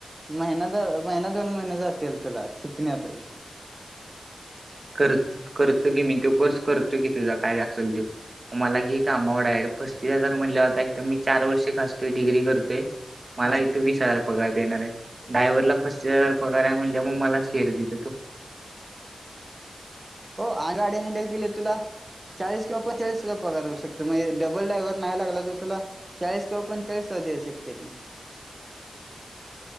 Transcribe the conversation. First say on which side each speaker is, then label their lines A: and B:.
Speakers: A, on the right; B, on the right.
A: महिना द महिना दोन महिने जातील, तुला शिकण्यातचं.
B: कर करतो की मी तो कोर्स करतो की तुझा काय असेल त्यो. मला घे कामं आवडा आहेड पस्तीस हजार म्हणले होता एक तर मी चार वर्ष घासतोय डिग्री करतोय. मला
A: हा
B: इथे वीस हजार पगार देणार आहेत, ड्रायव्हरला
A: हो
B: पस्तीस हजार पगार आहे. म्हणजे मग मलाच फेर देत तो.
A: हो आ गाडी हँडल केले तुला. चाळीस किंवा पंचेचाळीस सुधा पगार होऊ शकतो. मग‌ डबल डायव्हर नाही टाकला तुला. चाळीस किलो पण चाळीस सौ देऊ शकतेत म.